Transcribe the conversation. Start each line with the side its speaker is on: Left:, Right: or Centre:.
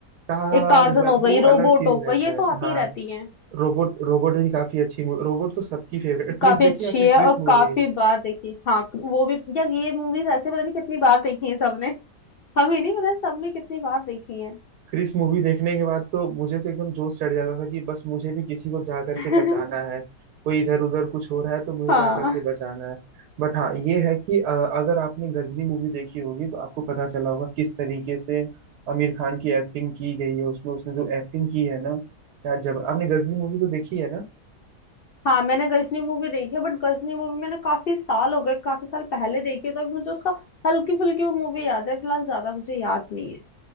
Right: टार्जन
Left: एक टार्जन हो
Right: तो
Left: गई
Right: वो
Left: रोबोट
Right: अलग चीज
Left: हो
Right: रहता
Left: गई ये
Right: है
Left: तो आती
Right: हाँ
Left: ही रहती है
Right: रोबोट रोबोट भी काफी अच्छी मूवी रोबोट तो सबकी फेवरेट क्रिस
Left: काफी अच्छी
Right: देखी आपने
Left: है
Right: क्रिस
Left: और
Right: मूवी
Left: काफी बार देखी हाँ वो भी यार ये मूवीज ऐसे पता नहीं कितनी बार देखी है सबने हमें नहीं पता सबने कितनी बार देखी है
Right: क्रिस मूवी देखने के बाद तो मुझे तो एकदम जोश चढ़ जाता था कि बस मुझे भी किसी को जा करके
Left: <laughs>
Right: बचाना है कोई इधर उधर कुछ हो रहा है तो मुझे
Left: हाँ
Right: जा करके बचाना है बट हाँ ये है कि अ, अगर आपने गजनी मूवी देखी होगी तो आपको पता चला होगा किस तरीके से आमिर खान की एक्टिंग की गई है उसमें उसने जो एक्टिंग की है ना क्या जब आपने गजनी मूवी तो देखी है ना
Left: हाँ मैंने गजनी मूवी देखी है बट गजनी मूवी मैंने काफी साल हो गए काफी साल पहले देखी है तो अभी मुझे उसका हल्की फुल्की मूवी याद है फिलहाल ज्यादा मुझे याद नहीं है